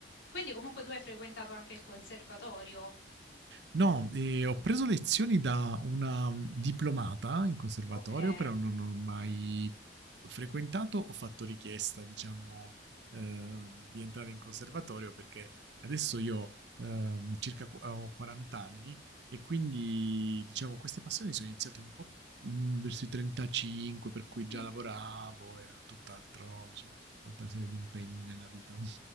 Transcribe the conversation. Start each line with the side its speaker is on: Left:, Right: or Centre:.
Left: Quindi comunque tu hai frequentato anche il conservatorio?
Right: No, eh, ho preso lezioni da una diplomata in conservatorio,
Left: Okay.
Right: però non ho mai frequentato, ho fatto richiesta, diciamo, eh, di entrare in conservatorio perché adesso io eh, circa qu- ho 40 anni e quindi, diciamo, queste passioni sono iniziate un po' mh, verso i 35, per cui già
Left: Mh-mh.
Right: lavoravo, erano tutt'altro, diciamo, tutta una serie di impegni nella vita.